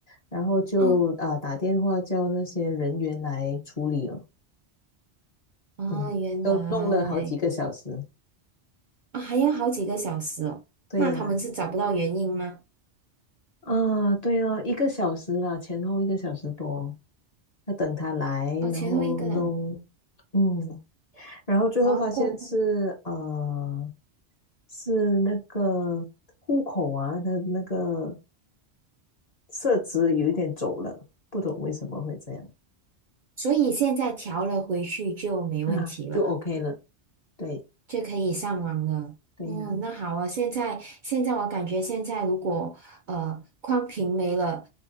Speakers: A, on the left; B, on the right.
A: 然后就啊、
B: 哦
A: 打电话叫那些人员来处理了，
B: 啊，
A: 嗯，
B: 原来
A: 都弄了好几个小时，
B: 啊还要好几个小时哦，
A: 对呀，
B: 那他们是找不到原因吗？
A: 啊，对哦，一个小时啦，前后一个小时多，要等他来，
B: 哦，前后一个人，
A: 然后弄，嗯，然后最后发现是呃
B: 然后过后，
A: 是那个户口啊，那那个设置有一点走了，不懂为什么会这样，
B: 所以现在调了回去就没问题了。
A: 啊，就 OK 了，对
B: 就可以上网了。
A: 对呀。
B: 嗯，那好啊。现在现在我感觉现在如果呃宽屏没了，